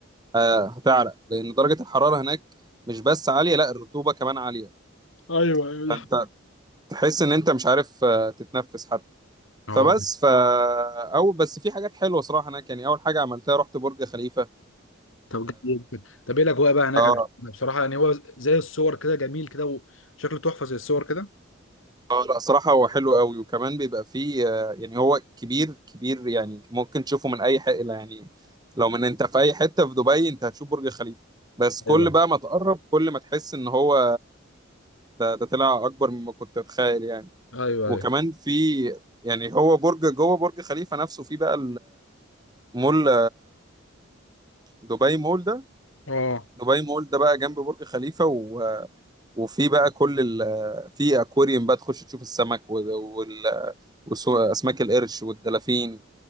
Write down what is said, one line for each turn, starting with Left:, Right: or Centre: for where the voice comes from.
Right: آه، هتعرق لان درجة الحرارة هناك مش بس عالية لا الرطوبة كمان عالية
Left: ايوه ايوه
Right: فانت
Left: دي حقيقة.
Right: تحس ان انت مش عارف آه، تتنفس حتى
Left: اه
Right: فبس ف او بس في حاجات حلوه صراحه هناك يعني اول حاجه عملتها رحت برج خليفه
Left: طب جميل جدا طب ايه الاجواء بقى هناك
Right: اه
Left: انا بصراحه يعني هو زي الصور كده جميل كده وشكله تحفه زي الصور كده
Right: اه لا صراحة هو حلو قوي وكمان بيبقى فيه آه، يعني هو كبير كبير يعني ممكن تشوفه من أي حقيقة يعني لو من أنت في أي حتة في دبي أنت هتشوف برج خليفة بس كل
Left: ايوه
Right: بقى ما تقرب كل ما تحس إن هو ده, ده طلع أكبر مما كنت أتخيل يعني
Left: ايوه
Right: وكمان
Left: ايوه
Right: في يعني هو برج جوه برج خليفة نفسه في بقى المول دبي مول ده
Left: اه
Right: دبي مول ده بقى جنب برج خليفة و... وفي بقى كل ال... في أكواريوم بقى تخش تشوف السمك وال... وال... وسو- أسماك القرش والدلافين